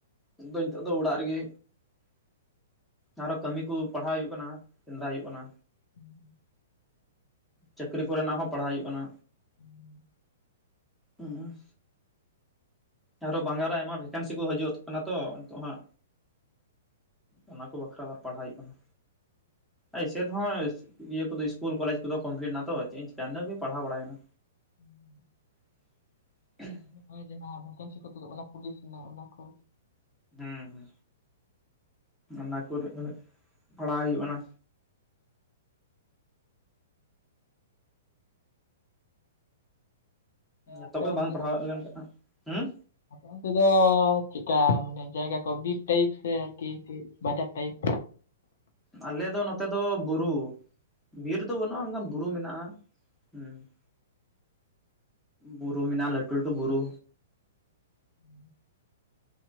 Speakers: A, in the centre; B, on the left (about 60°).
A: ᱤᱧ ᱫᱚ ᱱᱤᱛᱚᱜ ᱫᱚ ᱚᱲᱟᱜ ᱨᱮᱜᱮ᱾ ᱟᱨᱚ ᱠᱟᱹᱢᱤ ᱠᱚ ᱯᱟᱲᱦᱟᱣ ᱦᱩᱭᱩᱜ ᱠᱟᱱᱟ ᱥᱮᱸᱫᱽᱨᱟ ᱦᱩᱭᱩᱜ ᱠᱟᱱᱟ᱾
B: <inaudible>
A: ᱪᱟᱹᱠᱨᱤ ᱠᱚᱨᱮᱱᱟᱜ ᱦᱚᱸ ᱯᱟᱲᱦᱟᱣ ᱦᱩᱭᱩᱜ ᱠᱟᱱᱟ᱾
B: <inaudible>
A: ᱚᱸ ᱟᱨᱚ ᱵᱟᱝᱞᱟᱨᱮ ᱟᱭᱢᱟ ᱵᱷᱮᱠᱮᱱᱥᱤ ᱠᱚ ᱦᱤᱡᱩᱜ ᱠᱟᱱᱟ ᱛᱚ ᱱᱤᱛᱳ ᱦᱟᱸᱜ ᱚᱱᱟ ᱠᱚ ᱵᱟᱠᱷᱨᱟ ᱟᱵᱟᱨ ᱯᱟᱲᱦᱟᱣ ᱦᱩᱭᱩᱜ ᱠᱟᱱᱟ ᱮᱭᱥᱮ ᱛᱮᱦᱚᱸ ᱤᱭᱟᱹ ᱠᱚᱫᱚ ᱤᱥᱠᱩᱞ ᱠᱚᱞᱮᱡᱽ ᱠᱚᱫᱚ ᱠᱚᱢᱯᱞᱤᱴ ᱱᱟᱛᱚ ᱪᱮᱫ ᱤᱧ ᱪᱮᱠᱟᱭᱟ, ᱤᱱᱟᱹᱜ ᱠᱚ ᱜᱮ ᱯᱟᱲᱦᱟᱣ ᱵᱟᱲᱟᱭ ᱮᱱᱟ᱾
B: <inaudible>
A: <unintelligible>
B: ᱱᱚᱜ ᱚᱭ ᱡᱟᱦᱟᱸ ᱵᱷᱮᱠᱮᱱᱥᱤ ᱠᱚᱫᱚ ᱛᱩᱫᱩᱜ ᱠᱟᱱᱟ ᱯᱩᱞᱤᱥ ᱨᱮᱱᱟᱜ ᱚᱱᱟ ᱠᱚ
A: ᱦᱩᱸ ᱦᱩ ᱚᱱᱟ ᱠᱚᱨᱮ ᱯᱟᱲᱦᱟᱣ ᱦᱩᱭᱩᱜ ᱟᱱᱟ᱾ ᱱᱮᱛᱚ
B: ᱟᱯᱮ
A: ᱠᱷᱚᱡᱽ
B: ᱚᱱᱛᱮ
A: ᱵᱟᱢ ᱯᱟᱲᱦᱟᱣ
B: ᱫᱚ
A: ᱞᱮᱱᱠᱷᱟᱱ, ᱦᱩᱸ
B: ᱟᱯᱮ ᱚᱱᱛᱮ ᱫᱚ ᱪᱮᱫ ᱞᱮᱠᱟ, ᱢᱟᱱᱮ ᱡᱟᱭᱜᱟ ᱠᱚ ᱵᱤᱨ ᱴᱟᱭᱤᱯ ᱥᱮ ᱟᱨᱠᱤ ᱵᱟᱡᱟᱨ ᱴᱟᱭᱤᱯ?
A: ᱟᱞᱮ ᱫᱚ ᱱᱚᱛᱮ ᱫᱚ ᱵᱩᱨᱩ ᱵᱤᱨ ᱫᱚ ᱵᱟᱹᱱᱩᱜᱼᱟ, ᱢᱮᱱᱠᱷᱟᱱ ᱵᱩᱨᱩ ᱢᱮᱱᱟᱜᱼᱟ᱾ ᱦᱩᱸ, ᱵᱩᱨᱩ ᱢᱮᱱᱟᱜ-ᱟ ᱞᱟᱹᱴᱷᱩ ᱞᱟᱹᱴᱷᱩ ᱵᱩᱨᱩ
B: <inaudible>